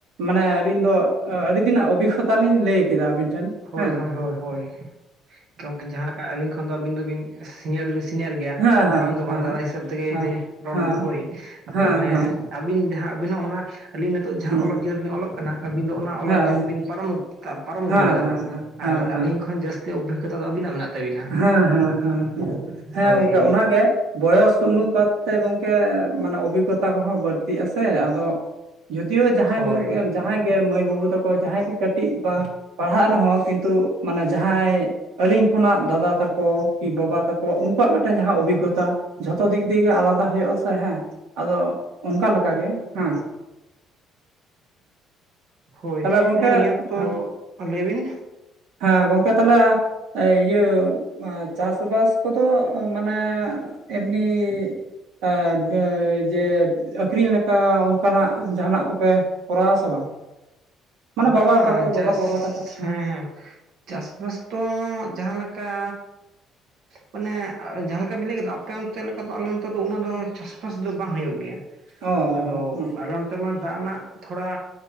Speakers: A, on the right; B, on the right.
A: ᱢᱟᱱᱮ ᱟᱹᱞᱤᱧ ᱫᱚ ᱟᱹᱰᱤ ᱫᱤᱱᱟᱜ ᱚᱵᱷᱤᱜᱽᱜᱚᱛᱟ ᱞᱤᱧ ᱞᱟᱹᱭ ᱠᱮᱫᱟ ᱟᱵᱤᱱ ᱴᱷᱮᱱ
B: ᱦᱳᱭ
A: ᱦᱮᱸ᱾
B: ᱦᱳᱭ ᱦᱳᱭ ᱦᱳᱭ ᱜᱚᱝᱠᱮ ᱡᱟᱦᱟᱸ ᱞᱮᱠᱟ ᱟᱹᱞᱤᱧ ᱠᱷᱚᱱ ᱫᱚ ᱟᱹᱵᱤᱱ ᱫᱚᱵᱤᱱ ᱥᱤᱱᱤᱭᱟᱨ ᱫᱚᱵᱤᱱ ᱥᱤᱱᱤᱭᱟᱨ ᱜᱮᱭᱟ
A: ᱦᱮᱸ ᱦᱮᱸ
B: ᱵᱟᱝ ᱫᱚ
A: ᱦᱮᱸ
B: ᱵᱟᱝ ᱫᱟᱫᱟ ᱦᱤᱥᱟᱹᱵ ᱛᱮᱜᱮ
A: ᱦᱮᱸ
B: ᱨᱚᱲ
A: ᱦᱮᱸ
B: ᱫᱚ ᱦᱳᱭ᱾ ᱟᱫᱚ
A: ᱦᱮᱸ
B: ᱢᱟᱱᱮ
A: ᱦᱮᱸ
B: ᱟᱹᱵᱤᱱ ᱡᱟᱦᱟᱸ ᱟᱹᱵᱤᱱ ᱦᱚᱸ ᱚᱱᱟ ᱟᱹᱞᱤᱧ ᱱᱤᱛᱚᱜ ᱡᱟᱦᱟᱸ
A: ᱦᱮᱸ
B: ᱚᱞᱚᱜ ᱡᱤᱭᱚᱱ ᱨᱮᱞᱤᱧ ᱚᱞᱚᱜ ᱠᱟᱱᱟ ᱟᱹᱵᱤᱱ ᱫᱚ ᱚᱱᱟ ᱚᱞᱚᱜ
A: ᱦᱮᱸ
B: ᱡᱤᱭᱚᱱ ᱵᱤᱱ ᱯᱟᱨᱚᱢ ᱯᱟᱨᱚᱢ ᱟᱹᱜᱩ
A: ᱦᱮᱸ
B: ᱟᱠᱟᱫᱟᱵᱤᱱ
A: ᱦᱮᱸ ᱦᱮᱸ
B: ᱟᱨ
A: ᱦᱮᱸ ᱦᱮᱸ
B: ᱟᱹᱞᱤᱧ ᱠᱷᱚᱱ ᱡᱟᱹᱥᱛᱤ ᱚᱵᱷᱤᱜᱚᱛᱟ ᱫᱚ ᱟᱹᱵᱤᱱᱟᱜ ᱢᱮᱱᱟᱜ ᱛᱟᱹᱵᱤᱱᱟ
A: ᱦᱮᱸ ᱦᱮᱸ ᱦᱮᱸ, ᱦᱮᱸ
B: ᱦᱳᱭ
A: ᱜᱚᱝᱠᱮ ᱚᱱᱟᱜᱮ ᱵᱚᱭᱚᱥ ᱚᱱᱩᱯᱟᱛ ᱛᱮ ᱜᱚᱝᱠᱮ ᱢᱟᱱᱮ ᱚᱵᱷᱤᱜᱚᱛᱟ ᱠᱚᱦᱚᱸ ᱵᱟᱹᱲᱛᱤᱜᱼᱟ ᱥᱮ ᱟᱫᱚ ᱡᱩᱫᱤᱭᱳ ᱡᱟᱦᱟᱸᱭ
B: ᱦᱳᱭ
A: ᱜᱚᱝᱠᱮ ᱡᱟᱦᱟᱸᱭ ᱜᱮ ᱢᱟᱹᱭ ᱵᱟᱹᱵᱩ ᱛᱟᱠᱚ ᱡᱟᱦᱟᱸᱭ ᱜᱮ ᱠᱟᱹᱴᱤᱡ ᱵᱟ ᱯᱟᱲᱦᱟᱜ ᱨᱮᱦᱚᱸ ᱠᱤᱱᱛᱩ ᱢᱟᱱᱮ ᱡᱟᱦᱟᱸᱭ ᱟᱹᱞᱤᱧ ᱠᱷᱚᱱᱟᱜ ᱫᱟᱫᱟ ᱛᱟᱠᱚ ᱠᱤ ᱵᱟᱵᱟ ᱛᱟᱠᱚ ᱩᱱᱠᱩᱣᱟᱜ ᱢᱤᱫᱴᱟᱝ ᱡᱟᱦᱟᱸ ᱚᱵᱷᱤᱜᱽᱜᱚᱛᱟ ᱡᱷᱚᱛᱚ ᱫᱤᱠ ᱫᱤᱭᱮ ᱜᱮ ᱟᱞᱟᱫᱟ ᱦᱳᱭᱳᱜ ᱟᱥᱮ ᱦᱮᱸ ᱟᱫᱚ ᱚᱱᱠᱟ ᱞᱮᱠᱟᱜᱮ ᱦᱮᱸ᱾ <inaudible>
B: ᱦᱳᱭ᱾
A: ᱛᱟᱦᱚᱞᱮ ᱜᱚᱝᱠᱮ
B: ᱦᱮᱸ ᱱᱤᱭᱟᱹ ᱚᱠᱛᱚ
A: ᱦᱮᱸ
B: ᱞᱟᱹᱭ ᱵᱤᱱ?
A: ᱦᱮᱸ ᱜᱚᱝᱠᱮ ᱛᱟᱦᱚᱞᱮ ᱮᱭ ᱤᱭᱟᱹ ᱪᱟᱥᱵᱟᱥ ᱠᱚᱫᱚ ᱢᱟᱱᱮ ᱮᱢᱱᱤ ᱮ ᱵᱮ ᱡᱮ ᱟᱹᱠᱷᱨᱤᱧ ᱞᱮᱠᱟ ᱚᱱᱠᱟᱱᱟᱜ ᱡᱟᱦᱟᱱᱟᱜ ᱠᱚᱯᱮ ᱠᱚᱨᱟᱣᱟ ᱥᱮ ᱵᱟᱝ? ᱢᱟᱱᱮ
B: ᱵᱟᱝ
A: ᱵᱟᱵᱟ
B: ᱵᱟᱝ
A: ᱛᱟᱠᱚ
B: ᱪᱟᱥ
A: ᱵᱟᱵᱟ ᱜᱚᱜᱚ ᱛᱟᱠᱚ ᱦᱩᱸ
B: ᱦᱮᱸ ᱦᱮᱸ᱾
A: ᱦᱩᱸ
B: ᱪᱟᱥᱵᱟᱥ ᱛᱚ ᱡᱟᱦᱟᱸ ᱞᱮᱠᱟ ᱢᱟᱱᱮ ᱡᱟᱦᱟᱸ ᱞᱮᱠᱟ ᱵᱤᱱ ᱞᱟᱹᱭ ᱠᱮᱫᱟ ᱟᱯᱮ ᱚᱱᱛᱮ ᱞᱮᱠᱟ ᱫᱚ ᱟᱞᱮ ᱱᱚᱛᱮ ᱫᱚ ᱩᱱᱟᱹᱜ ᱫᱚ ᱪᱟᱥᱼᱵᱟᱥ ᱫᱚ ᱵᱟᱝ ᱦᱩᱭᱩᱜ ᱜᱮᱭᱟ᱾
A: ᱚ
B: ᱟᱫᱚ
A: ᱦᱩᱸ
B: ᱟᱞᱮ ᱚᱱᱛᱮ ᱢᱟ ᱫᱟᱜ ᱨᱮᱱᱟᱜ ᱛᱷᱚᱲᱟ